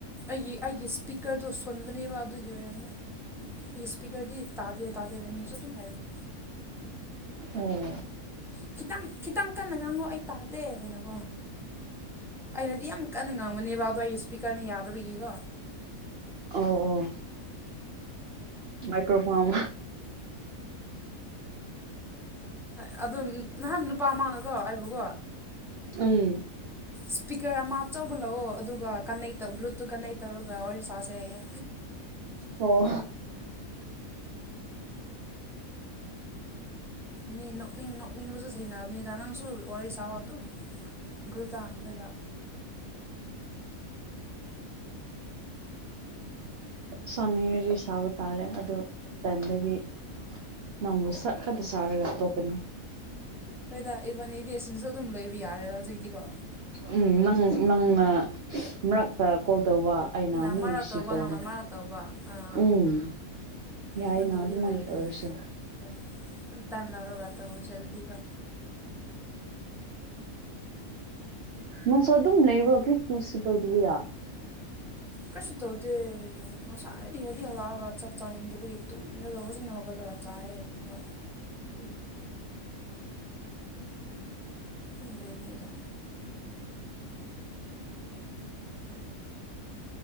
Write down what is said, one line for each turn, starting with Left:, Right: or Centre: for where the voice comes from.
Centre: ꯑꯩꯒꯤ ꯑꯩꯒꯤ ꯏꯁꯄꯤꯀꯔꯗꯣ ꯁꯣꯟꯕꯅꯦꯕ ꯑꯗꯨꯒꯤ ꯑꯣꯏꯔꯝꯅꯦ ꯄꯤꯁ ꯄꯤꯀꯔꯗꯤ ꯇꯥꯗꯦ ꯇꯥꯗꯦꯅ ꯃꯤꯁꯨ ꯑꯗꯨꯝ ꯍꯥꯏꯕꯅꯦ
Right: ꯑꯣ
Centre: ꯈꯤꯇꯪ ꯈꯤꯇꯪ ꯀꯟꯅ ꯉꯥꯡꯉꯣ ꯑꯩ ꯇꯥꯗꯦ ꯍꯥꯏꯅꯀꯣ ꯑꯩꯅꯗꯤ ꯌꯥꯝ ꯀꯟꯅ ꯉꯥꯡꯕꯅꯦꯕ ꯑꯗꯣ ꯑꯩ ꯏꯁꯄꯤꯀꯔꯅ ꯌꯥꯗꯕꯒꯤꯀꯣ
Right: ꯑꯧ ꯑꯣ ꯃꯥꯏꯀ꯭ꯔꯣꯐꯣꯝ
Centre: ꯍꯣꯏ ꯑꯗꯨꯝ ꯅꯍꯥꯟ ꯅꯨꯄꯥ ꯑꯃꯅꯀꯣ ꯑꯩꯕꯨꯀꯣ
Right: ꯎꯝ
Centre: ꯁ꯭ꯄꯤꯀꯔ ꯑꯃ ꯑꯆꯧꯕ ꯂꯧꯑꯣ ꯑꯗꯨꯒ ꯀꯟꯅꯦꯛ ꯇꯧ ꯕ꯭ꯂꯨꯇꯨꯠ ꯀꯟꯅꯦꯛ ꯇꯧꯔꯒ ꯋꯥꯔꯤ ꯁꯥꯁꯦꯌꯦ
Right: ꯑꯣ
Centre: ꯃꯤ ꯅꯣꯛꯅꯤꯡ ꯅꯣꯛꯅꯤꯡꯕꯁꯨ ꯊꯦꯡꯅꯕꯅꯤꯗ ꯅꯪꯁꯨ ꯋꯥꯔꯤ ꯁꯥꯑꯣ ꯑꯗꯨꯝ ꯒ꯭ꯔꯨꯗꯥꯝꯗꯒ
Right: ꯁꯥꯅꯤꯡꯂꯗꯤ ꯁꯥꯕ ꯇꯥꯔꯦ ꯑꯗꯣ ꯇꯟꯂꯗꯤ ꯅꯣꯡꯃ ꯁꯛ ꯈꯔꯗꯤ ꯁꯥꯔꯒ ꯇꯣꯛꯀꯅꯤ
Centre: ꯍꯣꯏꯗ ꯏꯕꯥꯟꯅꯤꯗꯤ ꯑꯁꯤꯗꯁꯨ ꯑꯗꯨꯝ ꯂꯩꯕ ꯌꯥꯔꯦꯗ ꯍꯧꯖꯤꯛꯇꯤꯀꯣ
Right: ꯎꯝ ꯅꯪ ꯅꯪꯅ ꯃꯔꯛꯇ ꯀꯣꯜ ꯇꯧꯕ ꯑꯩꯅ ꯑꯃꯨꯛ
Centre: ꯑꯃꯔꯛ
Right: ꯔꯤꯁꯤꯕ ꯇꯧꯕ
Centre: ꯅꯪꯅ ꯑꯃꯔꯛ ꯇꯧꯕ ꯑꯥ
Right: ꯎꯝ ꯌꯥꯏꯅ
Centre: ꯐꯣꯟ ꯇꯧꯔꯗꯤ
Right: ꯑꯗꯨꯃꯥꯏꯅ
Centre: ꯂꯣꯏꯔꯦꯅꯦ
Right: ꯇꯧꯔꯁꯨ
Centre: ꯍꯣꯏ ꯁꯨꯝ ꯇꯟ ꯂꯧꯔꯒ ꯇꯧꯔꯁꯦ ꯑꯗꯨꯗꯤꯀꯣ
Right: ꯅꯪꯁꯨ ꯑꯗꯨꯝ ꯂꯩꯕ꯭ꯔꯣ ꯀꯔꯤꯃꯇꯥꯁꯨ ꯇꯧꯗꯕꯤꯗ
Centre: ꯀꯩꯁꯨ ꯇꯧꯗꯦ ꯉꯁꯥꯏꯗꯒꯤ ꯑꯩꯗꯤ ꯍꯜꯂꯛꯑꯒ ꯆꯥꯛ ꯆꯥꯅꯤꯡꯗꯕꯒꯤ ꯇꯨꯝꯔꯒ ꯍꯧꯖꯤꯛꯅ ꯍꯧꯒꯠꯂꯒ ꯆꯥꯏꯑꯦ ꯑꯗꯨꯒ
Right: ꯎꯝ
Centre: ꯁꯨꯝ ꯂꯩꯕꯅꯤꯗ